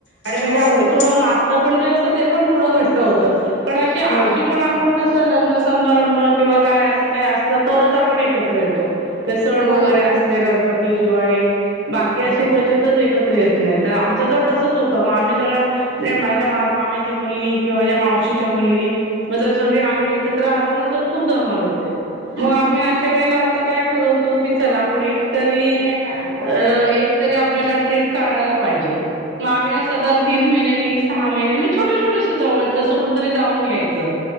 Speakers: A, on the right (about 75°); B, on the left (about 70°).
A: आणि म्हणजे
B: हो
A: आपल थोड नात पण जे असत ते पण थोड घट्ट होत कारण अशी अशी
B: हो ना
A: पण आप आपण कस लग्न समारंभ किंवा काय अस काय असल तरच आपण एकत्र येतो. ते सण वगैरे
B: हो ना
A: असले गणपती, दिवाळी बाकी
B: हो
A: अशी क्वचितच एकत्र येत नाही आमच तर तसच होत मग आम्ही सगळे माझ्या मुली किंवा माझ्या मावशीच्या मुली मग जर सगळे आम्ही एकत्र आलो ना तर खूप दमाला होत. हो आम्ही अशा वेळेला. आता काय ठरवतो की चला आपण एक तरी एकतरी आपल्याला ट्रिप काढायला पाहिजे मग आम्ही अस दर तीन महिन्यांनी. सहा महिन्या म्हणजे छोट छोटस जवळच अस कुठ तरी जाऊन यायच.